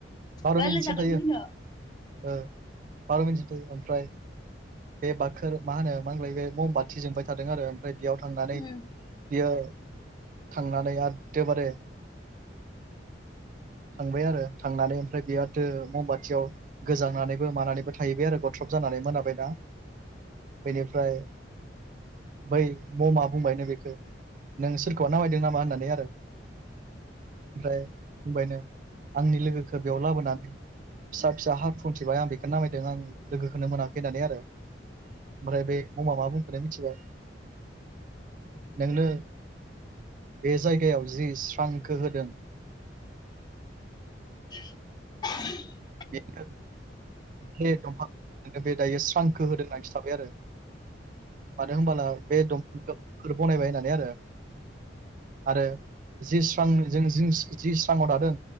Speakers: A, on the right; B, on the left.
A: बार'
B: रायलायजागोन
A: मिनिटसिम थायो।
B: बिदिनो
A: <unintelligible> दैै ओमफ्राय बे बाखोर मा होनो मा होनलाय बे ममबाथि जोंबाय थादों आरो ओमफ्राय बेयाव थांनानै
B: उम
A: बियो थांनानै एदेबारे थांबाय आरो थांनानै ओमफ्राय बेयाव दो मम बाथियाव गोजांनानैबो मानानैबो थाहैबाय आरो गथ्रब जानानै मोनाबाय दा बेनिफ्राय बै ममा बुंबायनो बेखौ नों सोरखौबा नामायदों नामा होननानै आरो ओमफ्राय बुंबायनो आंनि लोगोखौ बेयाव लाबोनानै फिसा फिसा हा खुन्थिबाय आं बेखो नामायदों आं लोगोखोनो मोनाखै होननानै आरो ओमफ्राय बे ममा मा बुंखोननो मिथिबाय नोंनो बे जायगायाव जि स्रांखो होदों।
B: <inaudible>
A: बेनो <unintelligible> दंफां बे दायो स्रांखो होदों नागिर थाबाय आरो मानो होनबला बे दंफल बनायबाय होननानै आरो आरो जि स्रां जों जि स्राङाव दादों